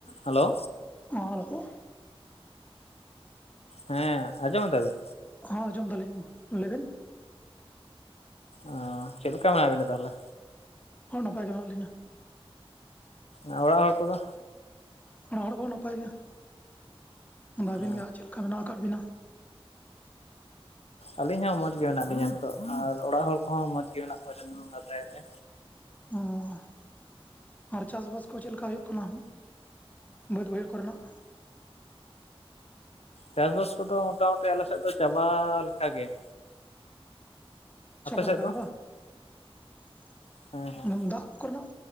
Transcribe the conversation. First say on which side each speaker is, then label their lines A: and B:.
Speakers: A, on the left (about 85°); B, on the left (about 15°).
A: ᱦᱮᱞᱳ
B: ᱦᱚᱸ ᱦᱮᱞᱳ
A: ᱦᱮᱸ ᱟᱸᱡᱚᱢ ᱫᱟᱵᱮᱱ
B: ᱦᱚᱸ ᱟᱸᱡᱚᱢ ᱫᱟᱞᱤᱧ ᱞᱟᱹᱭᱵᱮᱱ
A: ᱚᱜ ᱪᱮᱫ ᱞᱮᱠᱟ ᱢᱮᱢᱟ ᱵᱮᱱᱟ ᱛᱟᱦᱚᱞᱮ
B: ᱦᱚᱸ ᱱᱟᱯᱟᱭ ᱜᱮ ᱢᱮᱱᱟᱜ ᱞᱤᱧᱟᱹ
A: ᱟᱨ ᱚᱲᱟ ᱦᱚᱲ ᱠᱚᱫᱚ
B: ᱚᱲᱟ ᱦᱚᱲ ᱠᱚᱦᱚᱸ ᱱᱟᱯᱟᱭ ᱜᱮ ᱟᱫᱚ ᱟᱹᱵᱤᱱ
A: ᱚ
B: ᱜᱮᱦᱟᱜ ᱪᱮᱫᱞᱮᱠᱟ ᱢᱮᱱᱟᱜ ᱟᱠᱟᱫ ᱵᱤᱱᱟ
A: ᱟᱞᱤᱧ ᱦᱚᱸ ᱢᱚᱡᱽᱜ ᱜᱮ ᱢᱮᱱᱟᱜ ᱞᱤᱧᱟ ᱱᱤᱛᱚᱜ ᱟᱨ ᱚᱲᱟᱜ ᱦᱚᱲ ᱠᱚᱦᱚᱸ ᱢᱚᱸᱡᱽᱜ ᱜᱮ ᱢᱮᱱᱟᱜ ᱠᱚᱣᱟ ᱪᱟᱸᱫᱚ ᱵᱚᱹᱜᱟᱦᱟ ᱫᱟᱭᱟᱛᱮ
B: ᱚᱦ ᱟᱨ ᱪᱟᱥ ᱵᱟᱥ ᱠᱚ ᱪᱮᱫ ᱞᱮᱠᱟ ᱦᱩᱭᱩᱜ ᱠᱟᱱᱟ ᱵᱟᱹᱫ ᱵᱟᱹᱭᱦᱟᱹᱲ ᱠᱚᱨᱮᱱᱟᱜ᱾
A: ᱪᱟᱥᱵᱟᱥ ᱠᱚᱫᱚ ᱢᱚᱴ ᱢᱩᱴᱤ ᱟᱞᱮ ᱥᱮᱫ ᱫᱚ ᱪᱟᱵᱟ ᱞᱮᱠᱟᱜ ᱜᱮᱺ
B: ᱪᱚᱠᱟ
A: ᱥᱮᱫ
B: ᱞᱮᱠᱟ
A: ᱫᱚ
B: ᱜᱮ ᱵᱟᱝ
A: ᱦᱮᱸ ᱦᱮᱸ
B: ᱫᱟᱜ᱾ ᱠᱚᱨᱮᱱᱟᱜ